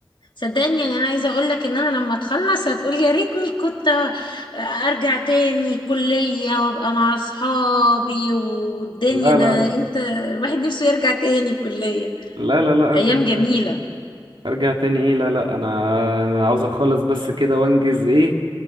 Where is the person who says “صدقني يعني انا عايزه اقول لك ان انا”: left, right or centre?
Left